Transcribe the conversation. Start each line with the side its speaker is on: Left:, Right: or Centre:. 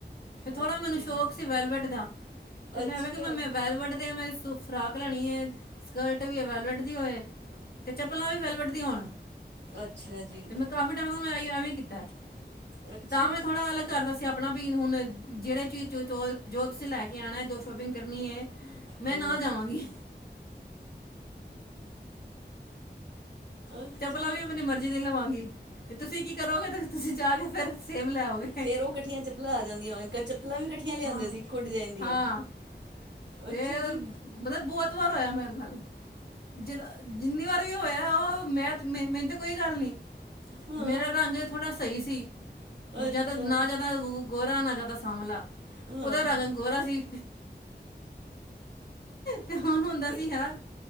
Left: ਫਿਰ ਥੋੜਾ
Right: ਅੱਛਾ
Left: ਮੈਨੂੰ ਸ਼ੌਕ ਸੀ ਵੈਲਵਟ ਦਾ ਤੇ ਮੈਂ
Right: ਅੱਛਾ
Left: ਐਵੇਂ ਕਿਹਾ ਮ- ਮੈ ਵੈਲਵਟ ਦੇ ਮੈਂ ਸੂਫ ਫਰਾਕ ਲੈਣੀ ਏ, ਸਕਰਟ ਵੀ ਵੈਲਵਟ ਦੀ ਹੋਏ ਤੇ ਚੱਪਲਾਂ ਵੀ ਵੈਲਵਟ ਦੀਆਂ ਹੋਣ।
Right: ਅੱਛਾ ਜੀ।
Left: ਤੇ ਮੈਂ ਕਾਫੀ ਟਾਈਮ ਤੋਂ ਮੈਂ ਅਈਓ ਐਵੇਂ ਈ ਕੀਤਾ,
Right: ਅੱਛਾ
Left: ਤਾਂ ਮੈਂ ਥੋੜਾ ਅਲੱਗ ਕਿ ਕਰਦਾ ਸੀ ਆਪਣਾ ਵੀ ਹੁਣ ਜੇੜੇ ਚੀਜ਼, ਜੋ ਤੁਸੀਂ ਲੈ ਕੇ ਆਣਾ, ਜੋ ਸ਼ੋਪਿੰਗ ਕਰਨੀ ਏ ਮੈਂ
Right: ਹੂੰ
Left: ਨਾਲ ਜਾਵਾਂਗੀ।
Right: ਅੱਛਾ
Left: ਚੱਪਲਾਂ ਵੀ ਅਪਨੀ ਮਰਜ਼ੀ ਦੀ ਲਵਾਂਗੀ। ਤੇ ਤੁਸੀਂ ਕੀ ਕਰੋਗੇ, ਤੇ ਤੁਸੀਂ ਜਾ ਕੇ ਫੇਰ ਸੇਬ ਲਿਆਓਗੇ।
Right: ਫੇਰ ਓ ਕੱਠੀਆਂ ਚੱਪਲਾਂ ਆ ਜਾਂਦੀਆਂ, ਕ ਚੱਪਲਾਂ ਵੀ ਕੱਠੀਆਂ ਲਿਆਂਦੇ
Left: ਹਾਂ
Right: ਸੀ, ਇੱਕੋ ਡਿਜਾਇਨ ਦੀਆਂ।
Left: ਹਾਂ ਤੇ
Right: ਅੱਛਾ ਜੀ
Left: ਮਤਲਬ ਬਹੁਤ ਵਾਰ ਹੋਇਆ ਮੇਰੇ ਨਾਲ। ਜਦ ਜਿੰਨੀ ਵਾਰ ਵੀ ਹੋਇਆ ਓ, ਮੈਂ ਤ ਮੈਨ ਮੈਨ ਤੇ ਕੋਈ ਗੱਲ ਨੀ,
Right: ਹਾਂ
Left: ਮੇਰਾ ਰੰਗ ਏ ਥੋੜ੍ਹਾ ਸਾਵ ਸਈ ਸੀ, ਨਾ ਜਾਦਾ
Right: ਅੱਛਾ
Left: ਨਾ ਜਾਦਾ ਗੋ-ਗੋ-ਗੋਰਾ ਨਾ ਜਾਦਾ ਸਾਂਵਲਾ
Right: ਹਾਂ
Left: ਓਦਾ ਰੰਗ ਗੋਰਾ ਸੀ ਤੇ ਹੁਣ ਹੁੰਦਾ
Right: ਤੇ
Left: ਸੀ ਹਾਂ,